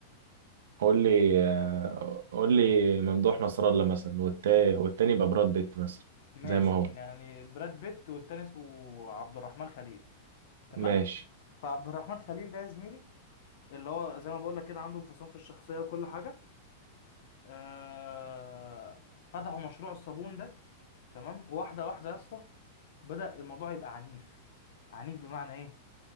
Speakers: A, on the right; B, on the left.
A: قول لي آه، قول لي ممدوح نصر الله مثلا والتاني والتاني يبقى براد بيت مثلا
B: ماشي
A: زي ما هو
B: يعني براد بيت والتاني اسمه عبد الرحمن خليل تمام
A: ماشي
B: فعبد الرحمن خليل ده يا زميلي اللي هو زي ما بقول لك كده عنده انفصام في الشخصيه وكل حاجه آه... فتحوا مشروع الصابون ده تمام واحده واحده يا اسطى بدأ الموضوع يبقى عنيف عنيف بمعنى ايه